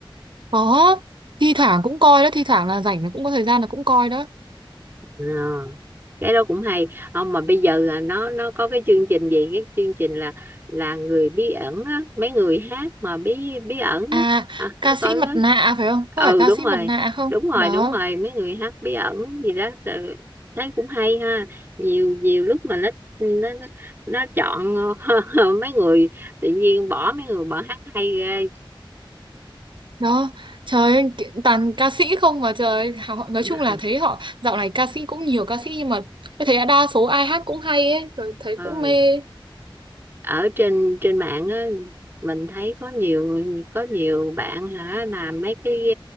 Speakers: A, on the right; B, on the right.
A: Có, thi thoảng cũng coi đó, thi thoảng là rảnh là cũng có thời gian là cũng coi đó.
B: À, cái đó cũng hay không mà bây giờ là nó nó có cái chương trình gì cái chương trình là là người bí ẩn á mấy người hát mà bí bí ẩn
A: À,
B: á à, có
A: ca sĩ
B: coi
A: mặt
B: đó.
A: nạ phải không? Có
B: ừ
A: phải ca
B: đúng
A: sĩ
B: rồi
A: mặt nạ không?
B: đúng rồi
A: Đó,
B: đúng rồi mấy người hát bí ẩn gì đó ừ, thấy cũng hay ha nhiều nhiều lúc mà nó nó nó nó chọn <laughs> mấy người tự nhiên bỏ mấy người bỏ hát hay ghê
A: Đó, trời ơi, ki- toàn ca sĩ không mà trời ơi, họ nói
B: <laughs>
A: chung là thấy họ dạo này ca sĩ cũng nhiều ca sĩ nhưng mà em thấy đa số ai hát cũng hay ấy, rồi thấy
B: Ờ.
A: cũng mê.
B: ở trên trên mạng á mình thấy có nhiều người có nhiều bạn hả làm mấy cái